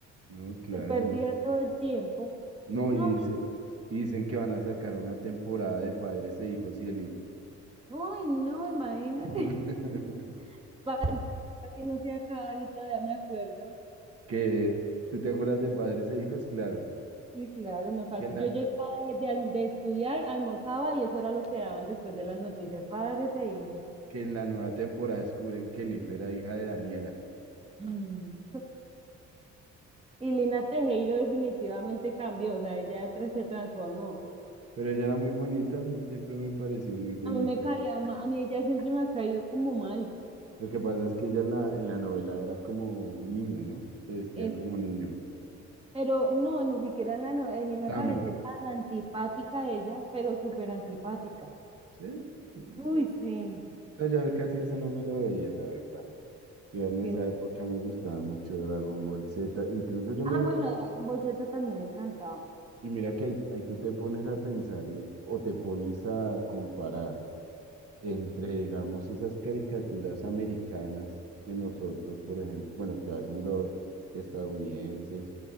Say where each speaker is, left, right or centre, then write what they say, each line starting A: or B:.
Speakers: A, on the right; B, on the right.
A: no, claro.
B: Se perdía todo el tiempo.
A: No,
B: No,
A: y dice,
B: mi-
A: y dicen que van a sacar una temporada de Padres e Hijos y el IF.
B: uy, no, imagínate.
A: <laughs>
B: <laughs> Padre, Casi no se acaba, yo todavía me acuerdo.
A: Que, ¿tú te acuerdas de Padres e Hijos? Claro.
B: Sí, claro, me fas-
A: que en
B: Yo
A: la,
B: llegaba de, de alm- de estudiar, almorzaba y eso era lo que daban después de las noticias, padres e hijos.
A: que en la nueva temporada descubren que Elif era hija de Daniela.
B: Mm. Y Lina Tejero definitivamente cambió, o sea, ella de tres se transformó.
A: Pero ella era muy bonita, a mí siempre me pareció muy bonita.
B: A mí me caía ma- a mí ella siempre me ha caído como mal.
A: Lo que pasa es que ella en la, en la novela era como un niño, ¿no? Se vestía
B: Es-
A: como un niño.
B: pero no, ni siquiera en la novela, a mí me
A: Sammy,
B: parece tan antipática ella, pero súper antipática.
A: ¿sí? Mm,
B: Uy, sí,
A: No, yo casi eso no me lo veía, la verdad. Yo en esa
B: sí.
A: época me gustaba mucho Dragon Ball Z. Incluso yo
B: Ah,
A: me mira,
B: bueno, Dragon Ball Z también me encantaba.
A: y mira que ahí, ahí tú te pones a pensar y, o te pones a comparar. entre, digamos, esas caricaturas americanas que nosotros, por ejemplo, bueno, que hacen los estadounidenses,